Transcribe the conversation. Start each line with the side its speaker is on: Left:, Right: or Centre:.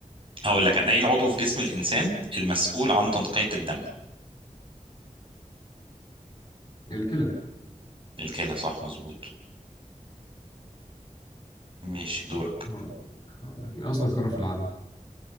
Right: هقول لك انا ايه العضو في جسم الانسان المسؤول عن تنقيه الدم
Left: الكلى
Right: الكلى صح مظبوط ماشي دورك
Left: آه، هقول لك هقول لك. إيه أصغر قارة في العالم؟